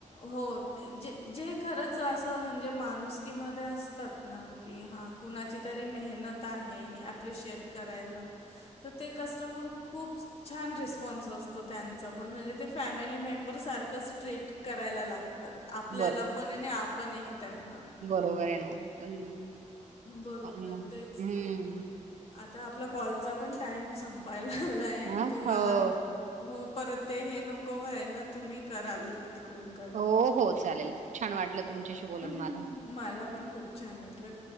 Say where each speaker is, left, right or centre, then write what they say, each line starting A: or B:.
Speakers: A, on the left; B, on the right.
A: हो जे खरच अस म्हण जे माणुसकीमध्ये असतात कि हा कुणाची तरी मेह आहे आत्ता <unintelligible> अपिशि करायला तर ते कस्टमर खूप छान रिस्पॉन्स असतो त्यांचं पण म्हणजे ते फॅमिली मेंबर सारखंच ट्रीट करायला लागतात. आपल्याला
B: बर
A: पण आणि आप पण हे त्यांना.
B: बरोबर आहे ना अन
A: बरोबर
B: अम-
A: तेच
B: हम्म
A: ना आत तर आपला कॉलचा पण. टाइम संपायला आला हे
B: हा
A: तुम्हाला
B: हो
A: हो. परत ते हे नको व्हायला तुम्ही कराल. तिकडून कट.
B: हो हो चालेल छान वाटलं तुम च्याशी बोलून
A: अह,
B: मला.
A: मला पण खूप छन वाटल.